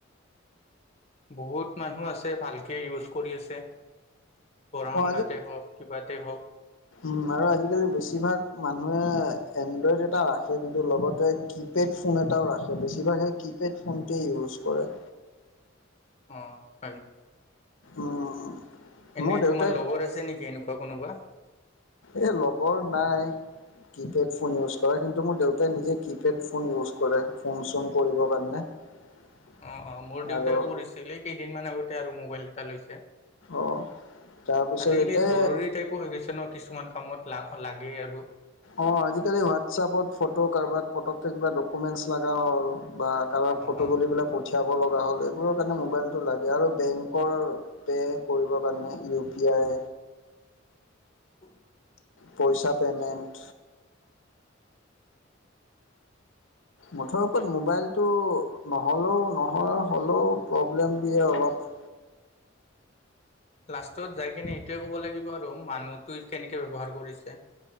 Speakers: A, on the left; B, on the left.
A: বহুত মানুহ আছে ভালকে ইউজ কৰি আছে। পঢ়া-শুনাতে
B: অ আজি
A: হওক, কিবাতে হওক।
B: উম আৰু আজিকালি বেছিভাগ মানুহে এণ্ড্ৰইড' এটা খে, কিন্তু লগতে কিপেড ফোন এটাও ৰাখে, বেছিভাগে কিপেড ফোনটোৱে ইউজ কৰে।
A: অ। <unintelligible>
B: উম।
A: এনে
B: মোৰ দেউতাই
A: তোমাৰ লগৰ আছে নেকি এনেকুৱা কোনোবা?
B: এই লগৰ নাই কিপেড ফোন ইউজ কৰে, কিন্তু মোৰ দেউতাই নিজে কিপেড ফোন ইউজ কৰে, ফোন-চোন কৰিবৰ কাৰণে। <unintelligible>
A: অ অ মোৰ দেউতাও
B: আৰু
A: কৰিছিলে, কেইদিনমান আগতে আৰু মোবাইল এটা লৈছে।
B: অহ তাৰপিছত
A: আজিকালি
B: ইয়াতে
A: জৰুৰী টাইপো হৈ গৈছে ন, কিছুমান কামত লা-লাগেই আৰু।
B: অ আজিকালি হোৱাটচাপত ফটো কাৰোবাক পটককৈ কিবা ডকুমেণ্টছ লগা হ'ল বা কাৰোবাক
A: অ
B: ফটো
A: অ
B: তুলি পেলাই পঠিয়াব লগা হ'লে এইবোৰৰ কাৰণে মোবাইলটো লাগে আৰু বেংক কৰ পে' কৰিবৰ কাৰণে, ইউ পি আই
A: <inaudible>
B: পইচা পেমেণ্ট। মুঠৰ ওপৰত মোবাইলটো নহ'লেও নহয়, হ'লেও প্ৰব্লেম দিয়ে অলপ।
A: লাষ্টত যাই কিনে এইটোৱে ক'ব লাগিব আৰু মানুহটোৱে কেনেকে ব্যৱহাৰ কৰিছে।